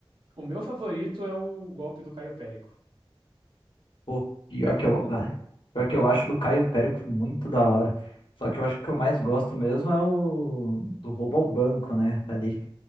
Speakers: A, on the right (about 65°); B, on the left (about 65°).
A: O meu favorito é o golpe do Caio Périco.
B: Pô, pior
A: Você tem
B: que eu,
A: algum?
B: ah, pior que eu acho do Caio Périco muito da hora. Só que eu acho que o que eu mais gosto mesmo é o do roubo ao banco, né? Ali.